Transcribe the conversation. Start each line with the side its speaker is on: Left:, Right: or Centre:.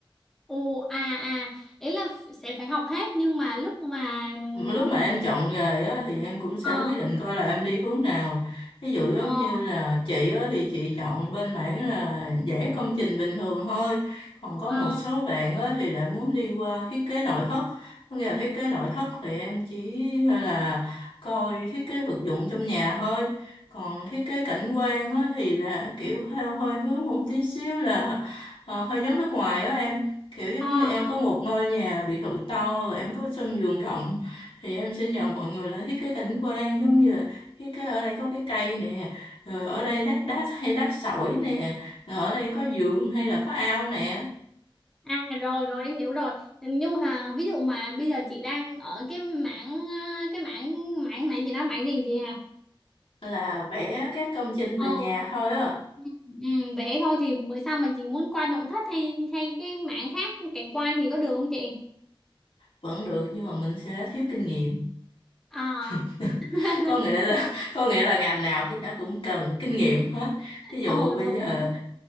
Centre: Ồ à à ý là f- sẽ phải học hết nhưng mà lúc mà ừm,
Left: lúc mà em chọn nghề á, thì em cũng sẽ
Centre: ờ
Left: quyết định coi là em đi hướng nào ví dụ giống
Centre: ờ
Left: như là chị á, thì chị chọn bên mảng là vẽ công trình bình thường thôi còn có
Centre: ờ
Left: một số bạn á, thì lại muốn đi qua thiết kế nội thất có nghĩa là thiết kế nội thất thì em chỉ là coi thiết kế vật dụng trong nhà thôi còn thiết kế cảnh quan á, thì là kiểu theo hơi hướng một tí xíu là ờ, hơi giống nước ngoài á em kiểu giống
Centre: ờ
Left: như em
Centre: ờ.
Left: có một ngôi nhà biệt thự to rồi em có sân vườn rộng thì em sẽ nhờ mọi người là thiết kế cảnh quan giống như là thiết kế ở đây có cái cây nè rồi ở đây lát đá hay lát sỏi nè rồi ở đây có giường hay là có ao nè
Centre: à rồi rồi em hiểu rồi nhưng mà ví dụ mà bây giờ chị đang ở cái mảng ờ, cái mảng mảng này chị nói mảng gì chị hả
Left: là vẽ các công trình
Centre: ồ
Left: về nhà thôi á
Centre: ừ, ừ, vẽ thôi thì bữa sau mà chị muốn qua nội thất hay hay cái mảng khác cảnh quan thì có được không chị
Left: vẫn được nhưng mà mình sẽ thiếu kinh nghiệm
Centre: à
Left: <laughs>
Centre: <laughs>
Left: có nghĩa là có nghĩa là ngành nào thì nó cũng cần kinh nghiệm hết thí dụ
Centre: ồ
Left: bây
Centre: đúng
Left: giờ
Centre: đúng